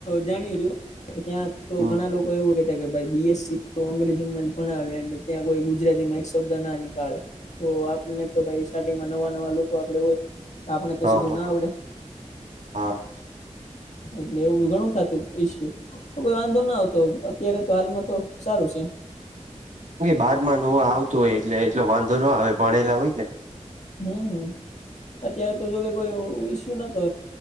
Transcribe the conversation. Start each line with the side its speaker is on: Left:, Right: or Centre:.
Left: જાણ્યું હતું ત્યાં તો
Right: હમ
Left: ઘણા લોકો કો એવું કેતા કે ભાઈ બીએસસી તો અંગ્રેજીમાં જ ભણાવ્યા ત્યાં કોઈ ગુજરાતી માં એક શબ્દ ના નીકાળે. તો આપને તો ભાઈ સ્ટાર્ટિંગમાં નવા નવા લોકો આપડણે હોય તો આપણે તો
Right: હા
Left: સીધું
Right: હા
Left: ના આવડે.
Right: <inaudible>
Left: એટલે એવું ઘણું થતું ઈશું. તો કોઈ વાંધો ના આવતો અત્યારે તો હાલમાં તો સારું છે.
Right: બારમાં ન આવતું હોય એટલે એટલો વાંધો ન આવે ભણેલા હોય ને.
Left: હમ, હમ અત્યારે તો જોકે કોઈ ઈસ્યુ નતો.